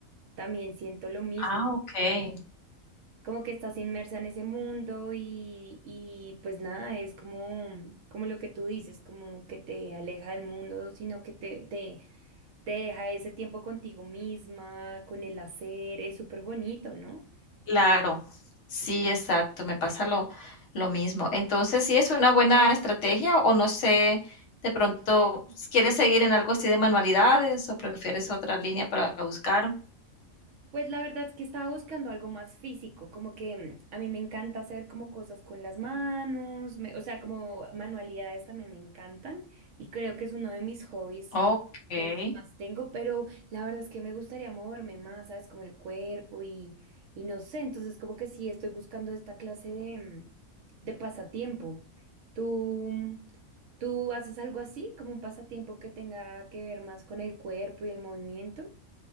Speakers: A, on the right; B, on the left.
A: También siento lo mismo,
B: Ah,
A: como
B: okey.
A: que, como que estás inmersa en ese mundo y, y pues nada, es como, como lo que tú dices, como que te aleja del mundo, sino que te, te, te deja ese tiempo contigo misma, con el hacer. Es súper bonito, ¿no?
B: Claro, sí, exacto, me pasa lo lo mismo. Entonces, sí es una buena estrategia o no sé, de pronto, ¿quieres seguir en algo así de manualidades o prefieres otra línea para buscar?
A: Pues la verdad es que estaba buscando algo más físico, como que mm, a mí me encanta hacer como cosas con las manos, me- o sea, como manualidades también me encantan y creo que es uno de mis hobbies
B: Okey.
A: eh, que más tengo, pero la verdad es que me gustaría moverme más, ¿sabes? Como el cuerpo y, y no sé, entonces como que sí estoy buscando esta clase de, mm, de pasatiempo. ¿Tú, mm, tú haces algo así, como un pasatiempo que tenga que ver más con el cuerpo y el movimiento?